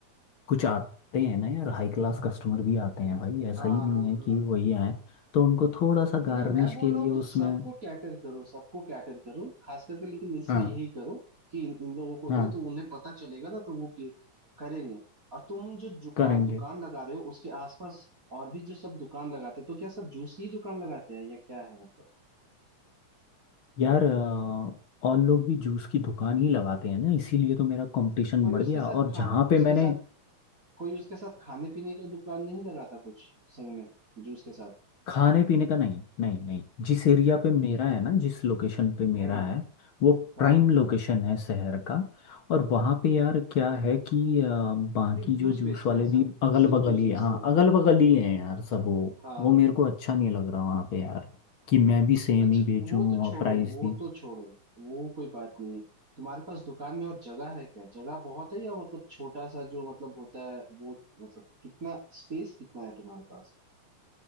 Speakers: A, on the left (about 50°); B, on the right (about 25°).
A: कुछ आते हैं ना यार हाई क्लास कस्टमर भी आते हैं भाई ऐसा
B: हाँ
A: ही नहीं
B: हाँ
A: है
B: हाँ
A: कि वही आए तो उनको थोड़ा सा गार्निश
B: नहीं मैं बोल
A: के
B: रहा
A: लिए
B: हूँ
A: उसमें
B: तुम सबको कैटर करो सबको कैटर करो खास करके लेकिन इसमें
A: हाँ
B: यही करो कि इन इन लोगों को
A: हाँ
B: दो तो उन्हें पता चलेगा ना तो वो कि- करेंगे और तुम जो दुकान
A: करेंगे
B: दुकान लगा रहे हो उसके आसपास और भी जो सब दुकान लगाते हैं तो क्या सब जूस की दुकान लगाते हैं या क्या है मतलब
A: यार अ, और लोग भी जूस की दुकान ही लगाते हैं ना इसीलिए तो मेरा कंपटीशन
B: कोई
A: बढ़
B: उसके
A: गया
B: साथ
A: और
B: खा
A: जहाँ पे
B: उसके
A: मैंने
B: साथ कोई उसके साथ खाने पीने का दुकान नहीं लगाता कुछ संग में जूस के साथ
A: खाने पीने का नहीं नहीं नहीं जिस एरिया पे मेरा है ना जिस लोकेशन पे मेरा
B: हम्म
A: है वो
B: हाँ
A: प्राइम लोकेशन है शहर का और वहाँ पे यार क्या है कि अ, बाकी
B: सिर्फ
A: जो
B: जूस
A: जूस
B: बेचते
A: वाले
B: हैं
A: भी
B: सब
A: अगल
B: सिर्फ
A: बगल
B: जूस
A: ही
B: बेचते
A: हाँ
B: हैं
A: अगल बगल ही हैं यार सब वो
B: हाँ
A: वो मेरे को अच्छा नहीं लग रहा वहाँ पे यार कि मैं भी सेम
B: अच्छा
A: ही बेचूं
B: वो तो छोड़ो
A: और प्राइस
B: वो
A: भी
B: तो छोड़ो वो कोई बात नहीं है तुम्हारे पास दुकान में और जगह है क्या जगह बहुत है या मतलब छोटा सा जो मतलब होता है वो मतलब कितना स्पेस कितना है तुम्हारे पास